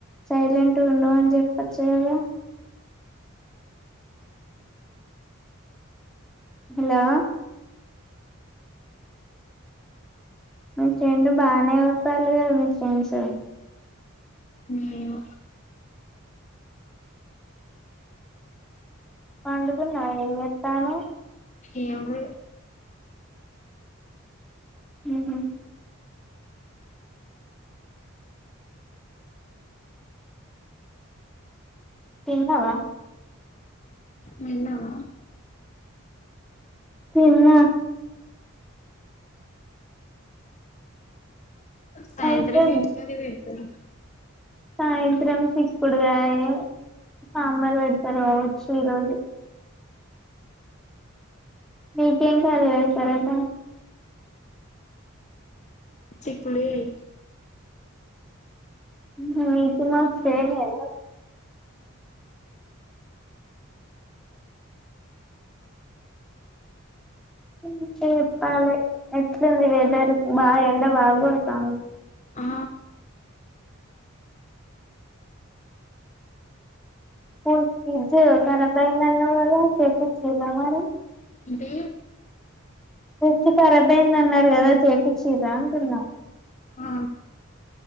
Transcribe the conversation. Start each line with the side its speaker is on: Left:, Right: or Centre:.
Centre: సైలెంట్ ఉండమని చెప్పచ్చు కదా హలో మీ ఫ్రెండు బాగనే ఒర్రుథన్లు కదా మీ ఫ్రెండ్స్
Left: మేము
Centre: పండుకున్నా ఏం చేత్తనవ్
Left: ఏం లే
Centre: మ్ తిన్నావా
Left: తిన్నవా
Centre: తిన్న.
Left: సాయంత్రం
Centre: అయితే
Left: ఏం కర్రీ పెడతరు.
Centre: సాయంత్రం చిక్కుడుగాయ, సాంబార్ పెడ్తరు కావచ్చు ఈ రోజు మీకేం కర్రీ పెడతరట
Left: చిక్కుడుకాయ్
Centre: మీకు మాకు సేమేనా ఇంకా చెప్పాలె ఎట్లుంది వెదర్ బా ఎండ బాగా కొడుతుంది.
Left: ఆ
Centre: ఓయ్ ఫ్రిజ్జు కరబైదన్నవ్ కదా చేపించిన్రా మరి
Left: అంటే
Centre: ఫ్రిడ్జ్ ఖరాబ్యిందన్నారు కదా చేపించిన్రా అంటున్నా
Left: ఆ